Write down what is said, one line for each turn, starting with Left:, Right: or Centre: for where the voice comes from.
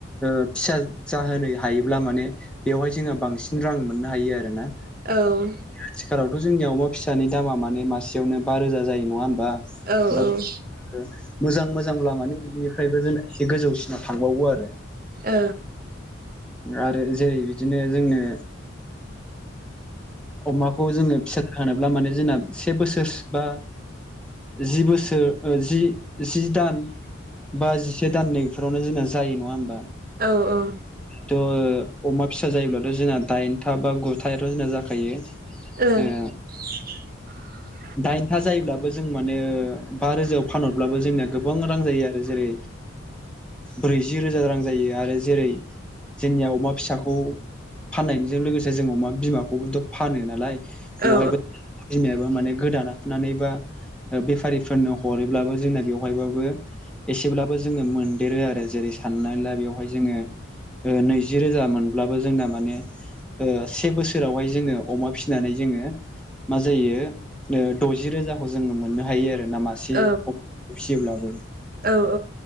Centre: फिसा जाहोनो हायोब्ला माने बेवहाय जोङो बांसिन रां मोननो हायो आरो ना
Right: औ
Centre: आथिखालावथ' जोंनिया अमा फिसानि दामा माने मासेयावनो बा रोजा जायो नङा होमबा
Right: औ ओं
Centre: हबा मोजां मोजांब्ला माने बिनिफ्रायबो जोंना एसे गोजौसिनाव थांबावो आरो
Right: ओ
Centre: आरो जेरै बिदिनो जोंनो अमाखौ जोङो फिसा जाहोनोब्ला माने जोंनो से बोसोर बा जि बोसोर जि जि दान बा जि से दान इफोरावनो जोंना जायो नङा होमबा
Right: औ औ
Centre: थ' अमा फिसा जायोब्लाथ' जोंना दाइनथा बा गुथायाथ' जोंना जाखायो
Right: औ
Centre: ओं
Right: <inaudible>
Centre: दाइनथा जायोब्लाबो जों माने बा रोजायाव फानहरब्लाबो जोंनिया गोबां रां जायो आरो जेरै ब्रैजि रोजा रां जायो आरो जेरै जोंनिया अमा फिसाखौ फाननायजों लोगोसे जों अमा बिमाखौबोथ' फानो नालाय बेवहायबो
Right: औ
Centre: बिमायाबो माने गोदाना लानानै बा बेफारिफोरनो हरोबाबो जोंना बेवहायबाबो एसेब्लाबो जोङो मोनदेरो आरो जेरै साननानै ला बेवहाय जोङो नैजि रोजा मोनब्लाबो जोंना माने से बोसोरावहाय जोङो अमा फिसिनानै जोङो मा जायो दजि रोजाखौ जोङो मोननो हायो आरो नामा मासे
Right: औ
Centre: फिसियोब्लाबो
Right: औ